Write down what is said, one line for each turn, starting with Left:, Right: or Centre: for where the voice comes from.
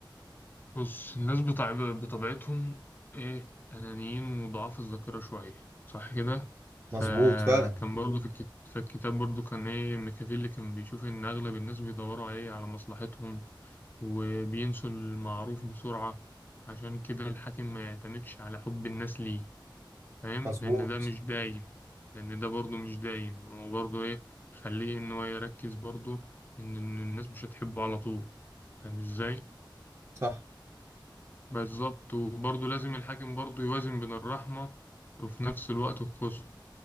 Left: بص الناس بتاع بطبيعتهم ايه انانيين وضعاف الذاكره شويه صح كده فكان
Right: مظبوط فعلا
Left: برضه في الكت... في الكتاب برضه كان ايه ميكافيلي كان بيشوف ان اغلب الناس بيدوروا عليه على مصلحتهم وبينسوا المعروف بسرعه عشان كده الحاكم ما يعتمدش على حب الناس ليه فاهم
Right: مظبوط
Left: لان ده مش دايم لان ده برضه مش دايم وبرضه ايه خليه ان هو يركز برضه ان إن الناس مش هتحبه على طول فاهم ازاي
Right: صح
Left: بالظبط وبرضه لازم الحاكم برضه يوازن بين الرحمة وفي نفس الوقت القسوة